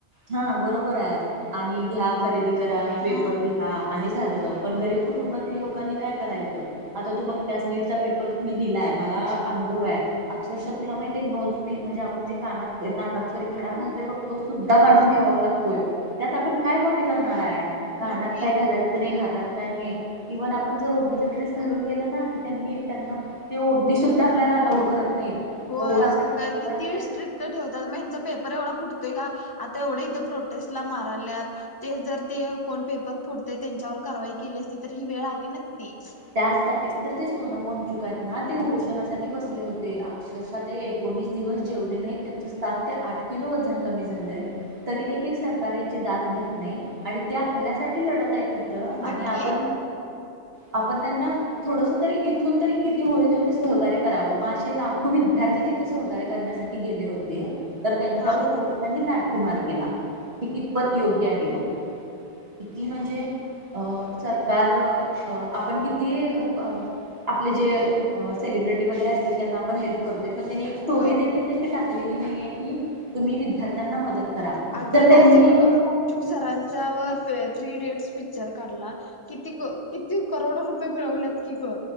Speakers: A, on the right; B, on the left.
A: हा बरोबर आहे आणि घ्या खरेदी करा आणि पेपर
B: हा
A: लीक. हा आणि झालं पण गरीब कुटुंबातील लोकांनी काय करायचं. आता तू बघतेस नीटचा पेपर मी दिलाय मला अनुभव आहे. अक्षरशः तुला माहिती आहे नोज तीन महिने अभ्या''--'' म्हणजे कानात नाकात सॉरी खडा घालताय बघतो सुद्धा काढून
B: हा
A: ठेवावा लागतोय. त्यात आपण काय कॉपी करणार आहे कानाात
B: बघ की
A: काय घालायचं नाही हातात. काय नाही इव्हन आपण जर ओढणीचा ड्रेस घालून गेला ना की त्यांनी त्यांना.
B: आहो
A: ते ओढणी सुद्धा आपल्याला अलाउड करत नाहीत.
B: होय
A: एवढासा
B: अगं
A: ट्रान्सपरंट
B: काय किती स्ट्रिक ठेवात म ह्याचा पेपर एवढा फुटतय का आता एवढं इथं प्रोटेस्टला माराल्यात तेच जर ते कोण पेपर फोडतय त्यांच्यावर कारवाई केली असती तर ही वेळ आली नसती.
A: त्याचसाठीच तर ते सोनम वनचुकं आहेत ना ते उपोषणासाठी बसले होते अक्षरशा त्या एक एकोणीस दिवस जेवले नाहीत त्यांच सात ते आठ किलो वजन कमी झालंय तरी देखील सरकार येत ची दाद घेत नाही आणि ते आपल्यासाठी लढत आहेत तिथं आणि
B: बघ की
A: आप आपण त्यांना थोडस तरी इथून तरी किती होईल तेवढे सहकार्य करावं म असे लाखो वि विद्यार्थी तिथे सहकार्य करण्यासाठी गेले होते तर त्यांच्यावर
B: हा
A: पोलिसांनी लाठी मार केला हे कितपत योग्य आहे बघ किती म्हणजे अ सरकार अ आपण किती अ आपले जे अ सेलिब्रिटी वगैरे असतील त्यांना आपण हेल्प करतोय पण त्यांनी स्टोरी
B: होय
A: देखील त्यांची टाकलेली नाहीये की तुम्ही वि विद्यार्थ्यांना मदत करा.
B: अगं
A: जर त्यांनी
B: त्या सोनम वांगचुक सरांच्या वर थ्री इडियट्स पिक्चर काढला. किती क किती करोड रुपये मिळवल्यात की ग